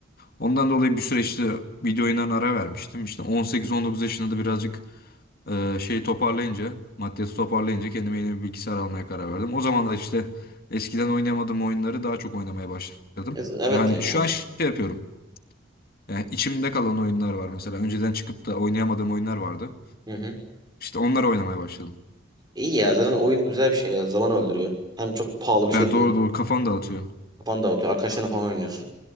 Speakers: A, on the left; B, on the right.
A: Ondan dolayı bir süre işte video oyunlarına ara vermiştim. İşte 18-19 yaşında da birazcık ee, şey toparlayınca, maddiyatı toparlayınca kendime yeni bir bilgisayar almaya karar verdim. O zaman da işte eskiden oynayamadığım oyunları daha çok oynamaya başladım.
B: E z- evet
A: Yani
B: ya.
A: şu an şey yapıyorum. Yani içimde kalan oyunlar var mesela. Önceden çıkıp da oynayamadığım oyunlar vardı.
B: Hı hı.
A: İşte onları oynamaya başladım.
B: İyi ya. Zaten oyun güzel bir şey ya. Zaman öldürüyor. Hem çok pahalı bir şey
A: Yani
B: de
A: doğru
B: değil.
A: doğru kafam dağıtıyor.
B: Kafanı dağıtıyor. Arkadaşlarına falan oynuyorsun.